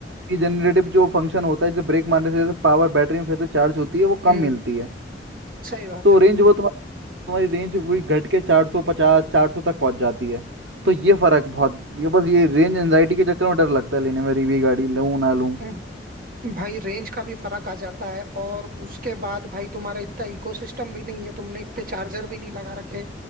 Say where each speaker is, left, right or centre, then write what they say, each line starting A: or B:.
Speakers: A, on the right; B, on the right.
A: जनरेटिव जो फंक्शन होता है जैसे ब्रेक मारने से जैसे पावर बैटरी में फिर से चार्ज होती है वो कम
B: हम्म
A: मिलती है
B: सही बात
A: तो
B: है
A: रेंज वो तुम्हारी तुम्हारी रेंज वही घट के चार सौ पचास चार सौ तक पहुंच जाती है तो ये फर्क बहुत ये बस ये रेंज एंजाइटी के चक्कर में डर लगता है लेने में रिवी गाड़ी लूं ना लूं
B: हम्म, भाई रेंज का भी फर्क आ जाता है और उसके बाद भाई तुम्हारा इतना इकोसिस्टम भी नहीं है तुमने इतने चार्जर भी नहीं लगा रखे